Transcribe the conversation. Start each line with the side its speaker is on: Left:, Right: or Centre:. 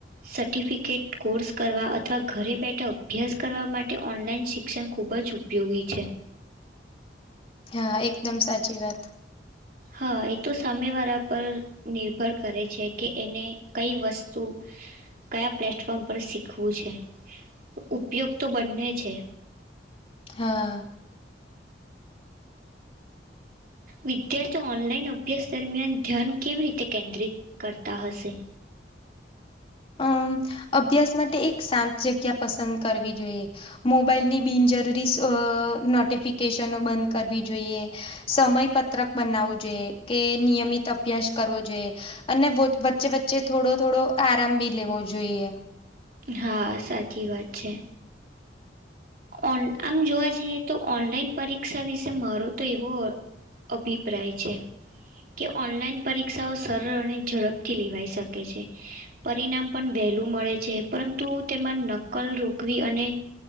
Right: સર્ટિફિકેટ કોર્સ કરવા અથવા ઘરે બેઠા અભ્યાસ કરવા માટે ઓનલાઈન શિક્ષણ ખૂબજ ઉપ યોગી છે.
Left: હા, એકદમ સાચી વાત
Right: હા, એતો સામેવારા પર નિર્ભર કરે છે કે એને કઈ વસ્તુ કયા પ્લેટફોર્મ પર શીખવું છે, ઉપયોગ તો બંને છે.
Left: હા.
Right: વિદ્યાર્થીઓ ઓનલાઈન અભ્યાસ દરમિયાન ધ્યાન કેવી રીતે કેન્દ્રિત કરતા હશે?
Left: અમ અભ્યાસ માટે એક શાંત જગ્યા પસંદ કરવી જોઈએ. મોબાઈલની બિનજરૂરી અહ નોટિફિકેશનો બંધ કરવી જોઈએ. સમય પત્રક બનાવવું જોઈએ કે નિયમિત અભ્યાસ કરવો જોઈએ. અને વચ્ચે વચ્ચે થોડો થોડો આરામ બી લેવો જોઈએ.
Right: હા, સાચી વાત છે. ઓન આમ જોવા જઈએ તો ઓનલાઈન પરીક્ષા વિશે મારો તો એવો અભિપ્રાય છે. કે ઓનલાઈન પરીક્ષાઓ સરળ અને ઝડપથી લેવાઈ શકે છે. પરિનામ પણ વહેલું મળે છે, પરંતુ તેમાં નકલ રોકવી અને